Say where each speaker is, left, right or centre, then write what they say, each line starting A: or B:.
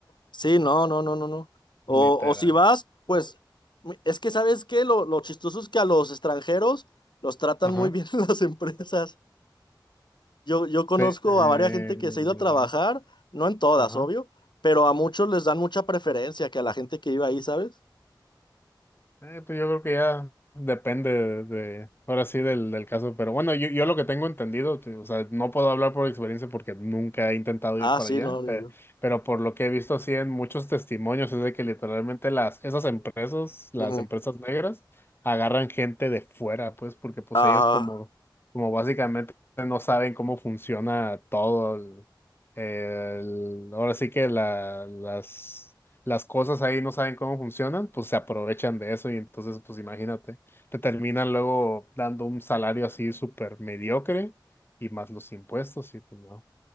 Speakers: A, on the left; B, on the left.
A: Sí, no, no, no, no, no. O,
B: Literal.
A: o si vas, pues, mi- es que ¿sabes qué? Lo, lo chistoso es que a los extranjeros los tratan
B: Ajá.
A: muy bien <laughs> en las empresas. Yo, yo conozco
B: Sí. Eh,
A: a varias gente que se ha ido a trabajar, no en todas,
B: Ajá.
A: obvio, pero a muchos les dan mucha preferencia que a la gente que iba ahí, ¿sabes?
B: Eh, pues yo creo que ya depende de, de- ahora sí del, del caso, pero bueno, yo, yo lo que tengo entendido, te- o sea, no puedo hablar por experiencia porque nunca he intentado ir
A: Ah,
B: para
A: sí,
B: allá,
A: no, ni
B: pe-
A: yo.
B: pero, por lo que he visto así en muchos testimonios es de que literalmente las, esas empresas, las
A: Ujú.
B: empresas negras, agarran gente de fuera, pues, porque pues
A: Ah,
B: ellos como, como básicamente no saben cómo funciona todo el, el- ahora sí que la, las las cosas ahí no saben cómo funcionan, pues se aprovechan de eso y entonces, pues imagínate, te terminan luego dando un salario así súper mediocre y más los impuestos y pues no.